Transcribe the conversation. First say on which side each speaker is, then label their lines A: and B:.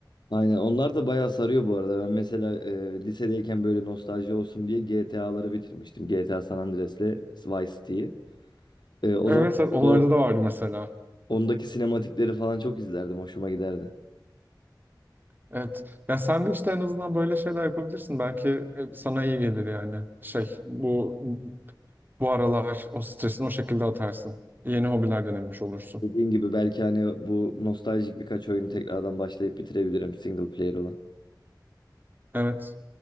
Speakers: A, on the left (about 70°); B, on the right (about 25°).
A: Aynen onlar da bayağı sarıyor bu arada. Ben mesela e, lisedeyken böyle nostalji olsun diye GTA'ları bitirmiştim. GTA San Andreas'le Vice City'yi. E, o
B: Evet,
A: zaman
B: evet, onlarda
A: o,
B: da vardı mesela.
A: ondaki sinematikleri falan çok izlerdim. Hoşuma giderdi.
B: Evet. Ya sen de işte en azından böyle şeyler yapabilirsin. Belki e, sana iyi gelir yani. Şey, bu bu aralar o stresini o şekilde atarsın. Yeni hobiler denemiş olursun.
A: Dediğin gibi belki hani bu nostaljik birkaç oyunu tekrardan başlayıp bitirebilirim single player olan.
B: Evet.